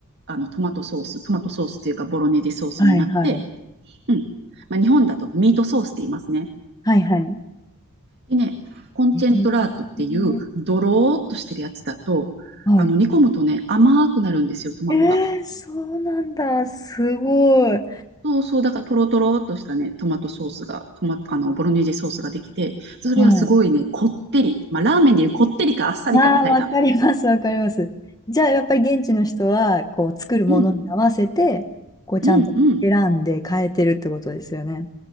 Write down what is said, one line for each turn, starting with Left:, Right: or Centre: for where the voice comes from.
Right: あの、トマトソース、トマトソースっていうか、ボロネーゼソースになって、
Left: はいはい。
Right: うん。まあ、日本だとミートソースって言いますね。
Left: はいはい。
Right: でね、コンチェントラートっていう、
Left: えー
Right: ドローっとしてるやつだと、
Left: はい。
Right: あの、煮込むとね、甘くなるんですよ、トマトが。
Left: えー、そうなんだ。すごい。
Right: そうそう、だからトロトロっとしたね、トマトソースが、トマ、あの、ボロネーゼソースができて、それはすごいね、
Left: はい。
Right: こってり。まあ、ラーメンでいうこってりかあっさりかみたいな。
Left: ああ、わかります、わかります。じゃあ、やっぱり現地の人は、こう、作るものに合わせて、
Right: うん、
Left: こう、ちゃんと選んで変えてるってことですよね。
Right: うん、うん。